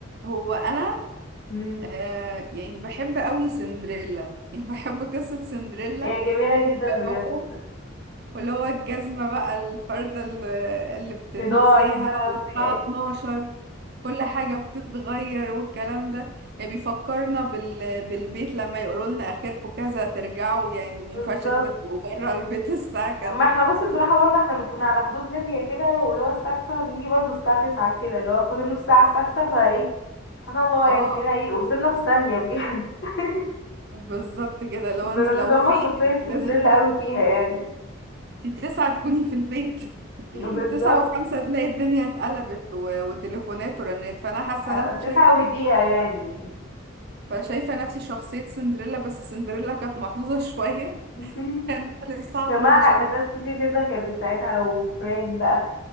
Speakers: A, on the right; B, on the left.
A: هو انا
B: مم.
A: آه يعني بحب قوي سندريلا يعني بحب قصة سندريلا
B: هي جميلة
A: واللي
B: جدا بجد
A: هو واللي هو الجزمة بقى الفردة ال- اللي بتنساها
B: لداعي بقى
A: والساعة
B: وقعت
A: 12 كل حاجة بتتغير والكلام ده يعني بيفكرنا بال... بالبيت لما يقولوا لنا آخركم كذا ترجعوا يعني ما
B: <laughs> بالظبط
A: ينفعش تبقوا بره البيت <laughs> الساعة كذا
B: ما احنا بصي بصراحة برضه احنا بنكون على حدود ليبيا كده واللي هو الساعة 9 بنيجي برضه الساعة 9 كده اللي هو فاضل نص ساعة الساعة 9 فايه سبحان الله
A: اه
B: يعني تلاقينا ايه وصلنا في ثانية بجد <laughs>
A: بالظبط كده لو
B: بنتقمص
A: انت لو فين
B: شخصية
A: انت لازم
B: سندريلا قوي فيها يعني
A: <laughs> انت تسعة تكوني في البيت <laughs>
B: بالظبط
A: تسعة وخمسة تلاقي الدنيا اتقلبت و... وتليفونات ورنات فأنا حاسة
B: آه،
A: ان انا
B: تسعة
A: شايفة
B: ودقيقة يعني
A: فشايفة نفسي شخصية سندريلا بس سندريلا كانت محظوظة <laughs> شوية
B: <laughs>
A: كان معاها للساعة
B: جماعة
A: 12
B: حق ناس كتير جدا كانت بتساعدها وفرين بقى